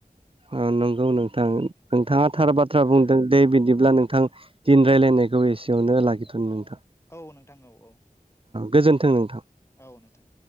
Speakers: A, on the right; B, on the left.
A: अ नोंगौ नोंथां नोंथाङा थार
B: औ
A: बाथ्रा बुंदों दे बिदिब्ला नोंथां दिनै रायलायनायखौ एसेयावनो लाखिथ'नि नोंथां
B: औ नोंथां औ औ
A: गोजोन्थों नोंथां
B: औ नोंथां